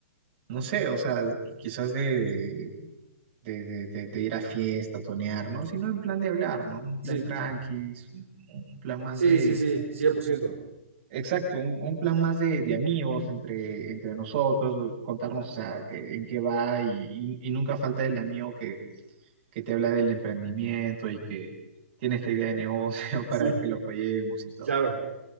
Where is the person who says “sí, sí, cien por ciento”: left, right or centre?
Right